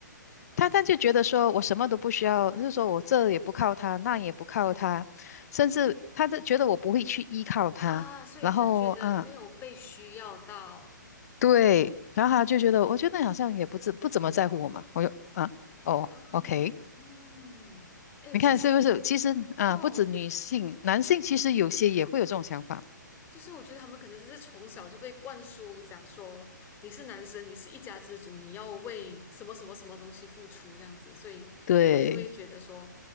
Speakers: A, on the left (about 55°); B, on the left (about 20°).
A: 他他就觉得说我什么都不需要，就是说我这也不靠他，那也不靠他，甚至他就觉得我不会去依靠他，
B: 啊？所以他觉得没有被需要到。
A: 然后啊，对，然后他就觉得我觉得你好像也不怎不怎么在乎我嘛，我就啊，哦，OK，
B: 嗯嗯，哎，
A: 你看是不是？
B: 其实，
A: 其实啊，
B: 哦。
A: 不止女性，男性其实有些也会有这种想法，
B: 就是我觉得他们可能只是从小就被灌输，讲说你是男生，你是一家之主，你要为什么什么什么东西付出这样子，所以他们就会觉得说
A: 对，